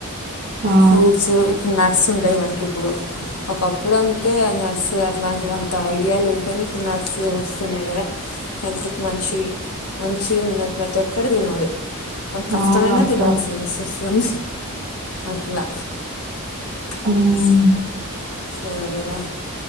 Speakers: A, on the right; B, on the left.
A: ఆ
B: ఫ్రూట్స్ ఇ నట్స్ ఉంటాయి మనకి ఇప్పుడు ఒకప్పుడు అంతే నట్స్ అట్లాంటివి అంత ఐడియా లేదు కానీ ఇప్పుడు నర్స్ వస్తున్నాయి కదా హెల్త్కి మంచి మంచి ఉన్నది ప్రతి ఒక్కరు తినాలి. మన కష్టమైన
A: అవునక్క
B: తినల్సింది. కొను అట్లా <inaudible>
A: ఉమ్,
B: సరే రా